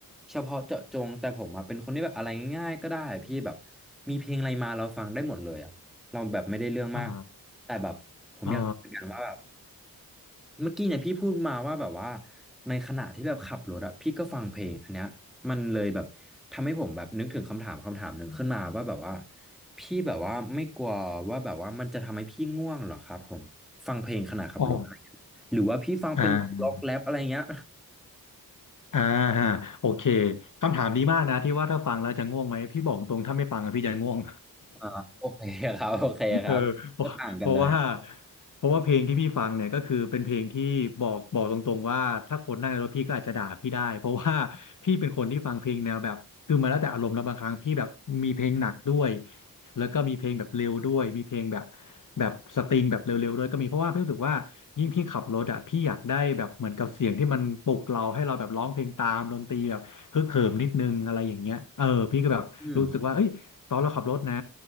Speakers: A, in the centre; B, on the left.
A: เฉพาะเจาะจงแต่ผมอ่ะเป็นคนที่แบบอะไรง่ายๆก็ได้อะพี่แบบมีเพลงอะไรมาเราฟังได้หมดเลยอ่ะเราแบบไม่ได้เรื่องมาก
B: อ่า
A: แต่แบบ
B: อ๋อ
A: เหมือนกันว่า เมื่อกี้เนี่ยพี่พูดมาว่าแบบว่าในขณะที่แบบขับรถอะพี่ก็ฟังเพลงอันเนี้ยมันเลยแบบทำให้ผมแบบนึกถึงคำถามคำถามหนึ่งขึ้นมาว่าแบบว่าพี่แบบว่าไม่กลัวว่าแบบว่ามันจะทำให้พี่ง่วงเหรอครับผมฟังเพลงขณะขับรถอะไรเงี้ยหรือว่าพี่ฟังเป็นล็อกแรปอะไรเงี้ย
B: อ๋ออ่าอ่าฮะโอเคคำถามดีมากนะที่ว่าถ้าฟังแล้วจะง่วงไหมพี่บอกตรงถ้าไม่ฟังอะพี่จะง่วง
A: <laughs> โอเคครับโอเคครับก็ต่างกันเลยอ่ะ
B: <laughs> เออเพราะเพราะว่าเพราะว่าเพลงที่พี่ฟังเนี่ยก็คือเป็นเพลงที่บอกบอกตรงๆว่าถ้าคนนั่งในรถพี่ก็อาจจะด่าพี่ได้เพราะว่าพี่เป็นคนที่ฟังเพลงแนวแบบคือมาแล้วแต่อารมณ์แล้วบางครั้งพี่แบบมีเพลงหนักด้วยแล้วก็มีเพลงแบบเร็วด้วยมีเพลงแบบแบบสตริงแบบเร็วๆด้วยก็มีเพราะว่าพี่รู้สึกว่ายิ่งพี่ขับรถอ่ะพี่อยากได้แบบเหมือนกับเสียงที่มันปลุกเราให้เราแบบร้องเพลงตามดนตรีแบบฮึกเหิมนิดนึงอะไรอย่างเงี้ยเออพี่ก็แบบรู้สึกว่าเอ้ยตอนเราขับรถนะ
A: อืม